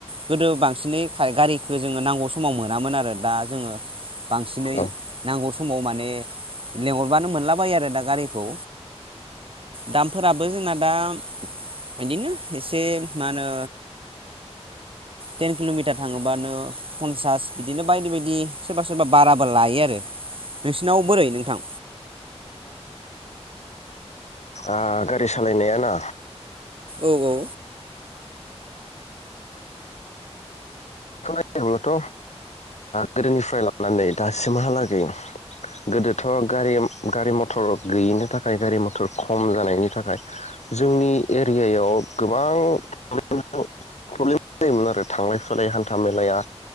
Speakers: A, on the right (about 55°); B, on the left (about 85°).
A: गोदो बांसिनै खा गारिखौ जोङो नांगौ समाव मोनामोन आरो दा जोङो बांसिनै
B: औ
A: नांगौ समाव माने लेंहरबानो मोनला बायो आरो दा गारिखौ। दामफोराबो जोंना दा बिदिनो एसे मा होनो टेन किल'मिटार थाङोबानो पनसास बिदिनो बायदि बायदि सोरबा सोरबा बाराबो लायो आरो नोंसिनाव बोरै नोंथां?
B: आ गारि सालायनाया ना
A: औ औ
B: खौ नायोब्लाथ' गोदोनिफ्राय लानानै दासिमहालागै गोदोथ' गारि गारि मथर गैयिनि थाखाय गारि मथर खम जानायनि थाखाय जोंनि एरियायाव गोबां प्रब्लेमाव आरो थांलाय फैलाय हान्था मेलाया